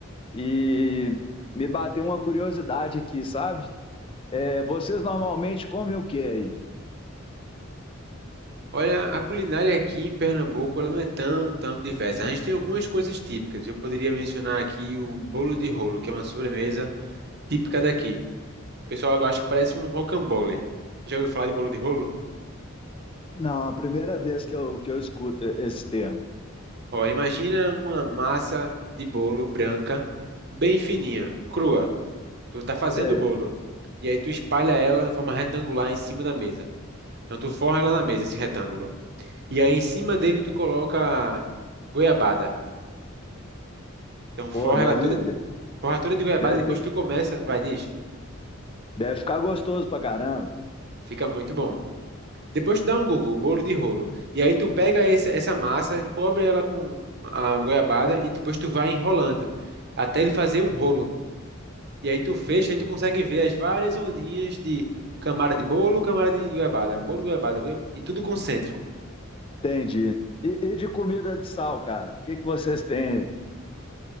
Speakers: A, on the left (about 25°); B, on the right (about 55°).
A: e me bateu uma curiosidade aqui, sabe? É, vocês normalmente comem o que aí?
B: Olha, a culinária aqui em Pernambuco, ela não é tão, tão diversa. A gente tem algumas coisas típicas. Eu poderia mencionar aqui o bolo de rolo, que é uma sobremesa típica daqui. O pessoal, eu acho que parece um rocambole. Já ouviu falar de bolo de rolo?
A: Não, a primeira vez que eu, que eu escuto esse termo.
B: Ó, imagina uma massa de bolo branca, bem fininha, crua. Tu tá fazendo
A: Sei,
B: o bolo. E aí tu espalha ela de forma retangular em cima da mesa. Então tu forra ela na mesa, esse retângulo. E aí em cima dele tu coloca goiabada. Então forra
A: pô, deve,
B: ela toda, forra toda de goiabada,
A: deve,
B: depois tu começa, vai, diz,
A: deve ficar gostoso pra caramba.
B: fica muito bom. Depois tu dá um Google, bolo de rolo. E aí tu pega esse- essa massa, cobre ela com a goiabada e depois tu vai enrolando até ele fazer um rolo. E aí tu fecha, aí tu consegue ver as várias ondinhas de camada de bolo, camada de goiabada, bolo, goiabada, goi- e tudo concêntrico.
A: Entendi. E, e de comida de sal, cara? O que que vocês têm aí?